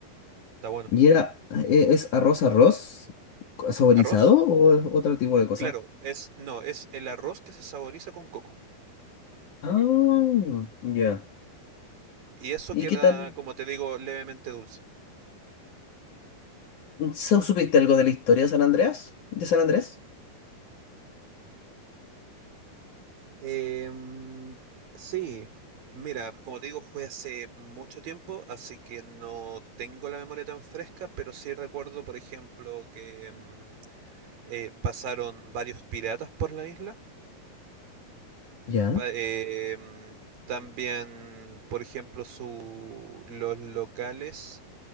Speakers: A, on the right; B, on the left.
A: está bueno.
B: y era, e- ¿es arroz arroz co- saborizado
A: ¿Arroz?
B: o es otro tipo de cosa?
A: Claro, es, no, es el arroz que se saboriza con coco.
B: Ah, ya.
A: Y eso
B: ¿Y
A: queda,
B: qué tal?
A: como te digo, levemente dulce.
B: ¿Su- ¿Supiste algo de la historia de San Andrés? ¿De San Andrés?
A: Em, sí, mira, como te digo, fue hace mucho tiempo, así que no tengo la memoria tan fresca, pero sí recuerdo, por ejemplo, que mm, eh, pasaron varios piratas por la isla.
B: Ya.
A: Pa- eh, mm, también, por ejemplo, su, los locales,